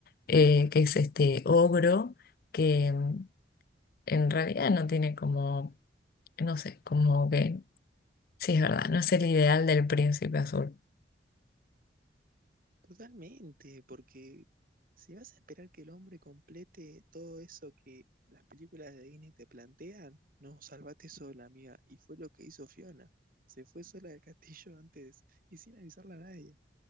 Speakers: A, on the left (about 55°); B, on the right (about 50°).
A: eh, que es este ogro, que mm, en realidad no tiene como, no sé, como que, sí es verdad, no es el ideal del príncipe azul.
B: Totalmente, porque si vas a esperar que el hombre complete todo eso que las películas de Disney te plantean, no, salvate sola, amiga. Y fue lo que hizo Fiona. Se fue sola del castillo antes y sin avisarle a nadie.